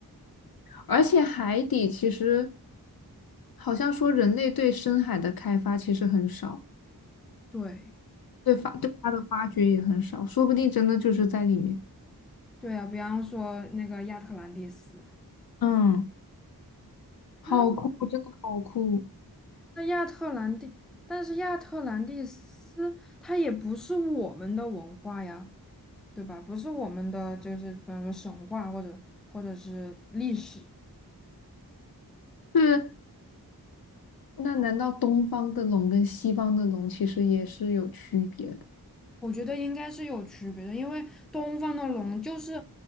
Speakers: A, on the left (about 65°); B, in the centre.
A: 而且海底其实好像说人类对深海的开发其实很少，
B: 对
A: 对发对它的发掘也很少，说不定真的就是在里面。
B: 对啊，比方说那个亚特兰蒂斯
A: 嗯，好酷，
B: 啊，
A: 真的好酷。
B: 那亚特兰蒂，但是亚特兰蒂斯它也不是我们的文化呀，对吧？不是我们的，就是比方说神话或者或者是历史。
A: 是，那难道东方的龙跟西方的龙其实也是有区别的？
B: 我觉得应该是有区别的，因为东方的龙就是